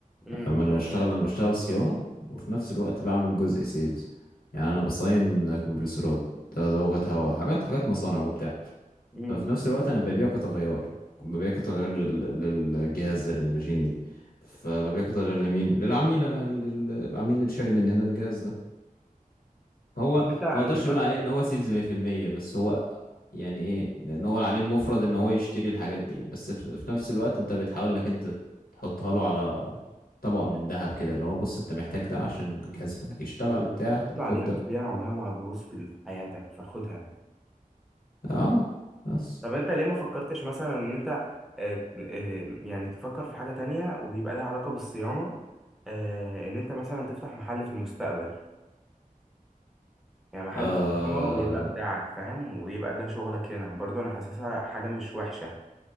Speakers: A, in the centre; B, on the left.
A: امم
B: أما انا بشتغل انا بشتغل صيانة وفي نفس الوقت بعمل جزء سيلز يعني انا بصين كمبرسورات ده ضغط هواء حاجات حاجات مصانع وبتاع
A: امم
B: ففي نفس الوقت انا ببيعه كتغير ببيعه كتغير لل... للجهاز ده للماشين دي فببيعه كتغير لمين للعميل لل... العميل اللي شاري مننا الجهاز ده هو
A: انت انت
B: ما اقدرش
A: مثلا
B: اقول عليه ان هو سيلز 100% بس هو يعني ايه لان هو العميل مفرض ان هو يشتري الحاجات دي بس في في نفس الوقت انت بتحاول انك انت تحطها له على طبق من ذهب كده اللي هو بص انت محتاج ده عشان الجهاز بتاعك يشتغل
A: هي
B: بتاع
A: القطعة
B: طب خد
A: دي حرفيا
B: ده
A: عمرها ما هتبوظ في في حياتك فخدها
B: اه بس
A: طب انت ليه ما فكرتش مثلا ان انت آه، آه، يعني تفكر في حاجة تانية ويبقى لها علاقة بالصيانة آه، ان انت مثلا تفتح محل في المستقبل يعني محل
B: آه
A: صيانة ويبقى بتاعك فاهم ويبقى ده شغلك هنا برضه انا حاسسها حاجة مش وحشة